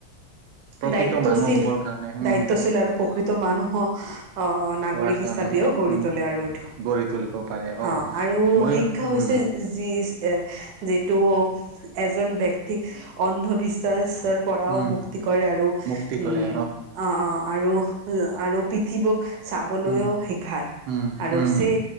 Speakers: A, on the right (about 80°); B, on the right (about 60°).
A: প্ৰকৃত
B: দায়িত্বশীল
A: মানুহবোৰৰ কাৰণে উম
B: দায়িত্বশীল আৰু প্ৰকৃত মানুহ, অ নাগৰিক
A: হোৱাৰ কাৰণে
B: হিচাপেও গঢ়ি
A: উম
B: তোলে আৰু এইটো
A: গঢ়ি তুলিব পাৰে
B: অ আৰু
A: মইয়ো
B: শিক্ষা
A: উম
B: হৈছে। যি যিটো এজন ব্যক্তিক অন্ধবিশ্বাস, ৰ পৰাও
A: উম
B: মুক্তি কৰে আৰু
A: মুক্তি
B: উম
A: কৰে
B: অ অ' আৰু আৰু পৃথিৱক চাবলৈও
A: উম
B: শিকায়
A: উম
B: আৰু
A: উম
B: সেই